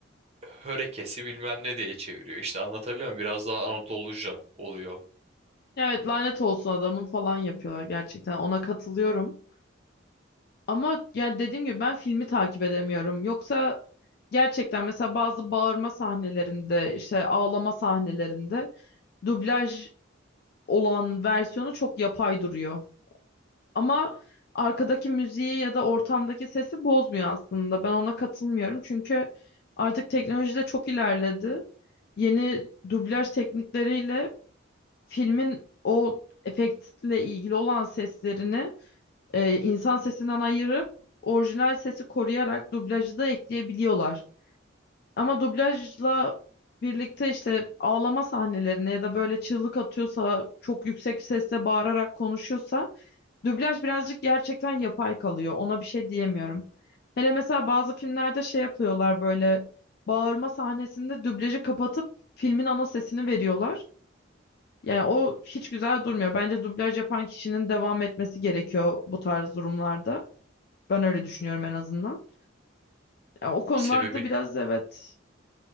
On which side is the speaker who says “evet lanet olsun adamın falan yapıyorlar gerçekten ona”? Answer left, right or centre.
Left